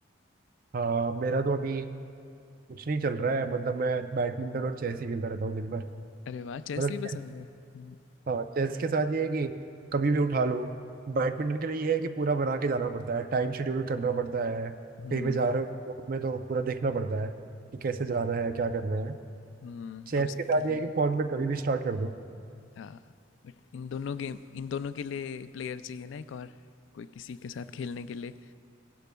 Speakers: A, on the right; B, on the left.
A: हाँ मेरा तो अभी कुछ नहीं चल रहा है मतलब मैं बैडमिंटन और चेस ही खेलता रहता हूँ दिन भर
B: <laughs> अरे वाह
A: मतलब
B: चेस भी पसंद
A: चेस-
B: है हम्म
A: हाँ चेस के साथ ये है कि कभी भी उठा लो बैडमिंटन के लिए ये है कि पूरा बना के जाना पड़ता है टाइम शेड्यूल करना पड़ता है
B: हम्म
A: कहीं पे जा रहे हो airport में तो पूरा देखना पड़ता है कि कैसे जाना है क्या करना है
B: हम्म,
A: चेस
B: और उसके
A: के साथ
B: लिए
A: ये है कि फोन में कभी भी स्टार्ट कर दो
B: हाँ बट इन दोनों गेम इन दोनों के लिए प्लेयर चाहिए ना एक और कोई किसी के साथ खेलने के लिए